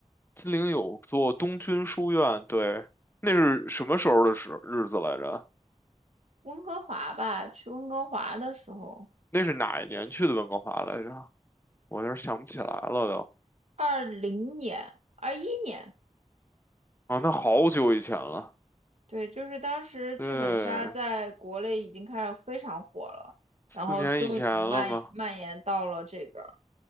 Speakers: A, on the left; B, on the right.
A: 金陵有座东军书院，对，那是什么时候的时日子来着？
B: 温哥华吧，去温哥华的时候，
A: 那是哪一年去的温哥华来着？我有点想不起来了都。
B: 二零年、二一年。
A: 啊，那好久以前了，
B: 对，就是当时剧本杀在国内已经开始非常火了，
A: 对，四年以前了嘛。
B: 然后终于蔓蔓延到了这边儿。